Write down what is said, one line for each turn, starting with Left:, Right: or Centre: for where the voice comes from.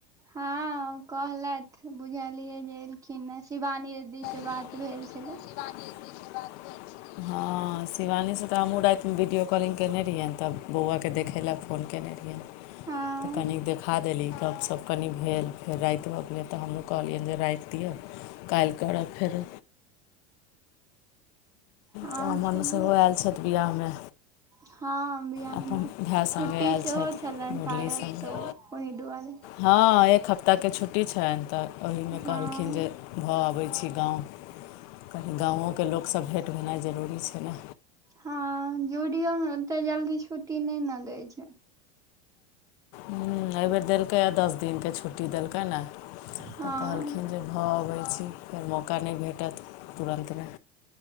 Right: हँ कहलथि बुझलियै जे एलखिन शिवानीदी। से
Left: शिवानी
Right: बात भेल छलै।
Left: दीदी से बात भेल छलै हँ शिवानीसँ तऽ हमहूँ रातिमे वीडियो कॉलिङंगग केने रहियैनि तऽ बौआके देखय लए फोन केयने रहियए।
Right: हँ
Left: तऽ कनि देख। खा देली तब सभ कनि भेल फेर राति भऽ गेल तऽ हमहूँ कहलियनि जे राखाई दिअ। काल्हि करब फेर।
Right: हँ
Left: तऽ अमन
Right: छैहे
Left: सेहो आयल छथि बियाहमे।
Right: हँ बिआहमे
Left: अपन भाय
Right: छुट्टी
Left: सङ्गे आयल
Right: सेहो
Left: छथि
Right: छलनि
Left: मुरली
Right: शायद
Left: सङ्गे
Right: तऽ ओहि दुआरे।
Left: हँ एक हफ्ताके छुट्टी छनि तऽ ओहिमे
Right: हँ
Left: कहलखिन जे। भऽ अबै छी गाँव कनि गाँवोके लोक सब भेँट होेनाइ जरूरी छै ने।
Right: हँ जू डीओमे ओते जल्दी छुट्टी नहि ने दै छै।
Left: हू एहिबेर देलकैए दस दिनके छुट्टी देलकै ने तऽ
Right: हँ
Left: कहलखिन जे। भऽ अबै छी फेर मौका नहि भेटत तुरन्तमे।